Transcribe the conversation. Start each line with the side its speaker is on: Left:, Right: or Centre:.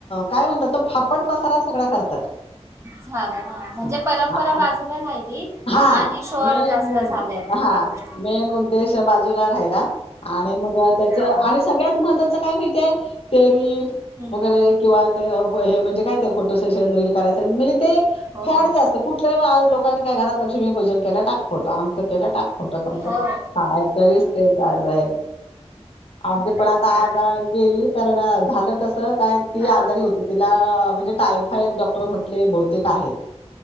Left: काय म्हणतात तो फापट पसारा सगळां करतात
Right: झालं हा म्हणजे
Left: हं.
Right: परंपरा
Left: आ-
Right: बाजूला राहिली
Left: हां.
Right: आणि शाब
Left: मेन
Right: जास्त
Left: उद
Right: झालाय
Left: हां.
Right: या गोष्टीचा
Left: मेन उद्देश बाजूला राहिला आणि त्याच
Right: हो
Left: आणि सगळ्यांत महत्वाचं काय माहिती ते ते
Right: हम्म
Left: वगैरे किंवा होय हे म्हणजे काय ते फोटो सेशन रील करायचं ते
Right: हो
Left: फॅड जास्त कुठल्याही बा कोन काय घरात लक्ष्मी पूजन केला टाक फोटो केलं टाक फोटो पण
Right: हो
Left: हाय तरीच ते चालू आहे आमची पण
Right: तेच
Left: आता
Right: तर
Left: आज गेली कारण झालं कस काय ती
Right: हा
Left: आजारी होती तिला म्हणजे टायम हायत डाॅक्ट <unintelligible> म्हटले बहुतेक आहे